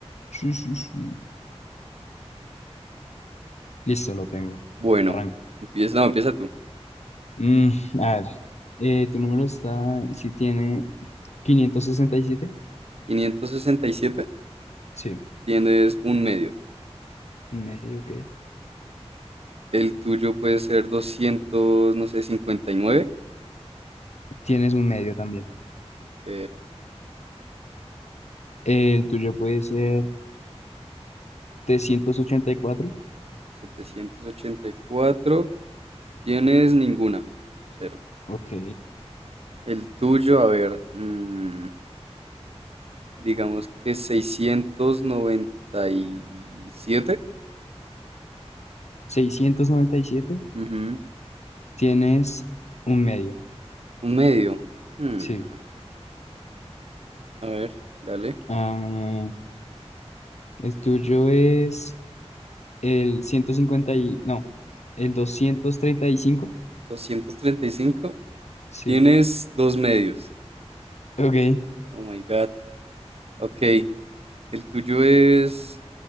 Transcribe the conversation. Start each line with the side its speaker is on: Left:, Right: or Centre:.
Left: sí, sí, sí. Listo, lo tengo.
Right: Bueno,
Left: Arranca.
Right: empieza, no, empieza tú.
Left: Mm, a ver. Eh, tu número está, si tiene quinientos sesenta y siete,
Right: Quinientos sesenta y siete.
Left: Sí,
Right: tienes un medio.
Left: un medio, ok.
Right: El tuyo puede ser doscientos, no sé, 59.
Left: Tienes un medio también.
Right: Ok.
Left: Eh, el tuyo puede ser 784.
Right: setecientos ochenta y cuatro. tienes ninguna. Cero.
Left: Ok.
Right: El tuyo, a ver, mm, digamos que 697.
Left: seiscientos noventa y siete,
Right: Ujú.
Left: Tienes un medio.
Right: Un medio. Hmm,
Left: Sí.
Right: A ver, dale.
Left: Ah, el tuyo es el 150 y... No, el doscientos treinta y cinco,
Right: doscientos treinta y cinco
Left: Sí.
Right: Tienes dos medios.
Left: Ok.
Right: Oh my God. Ok. El tuyo es.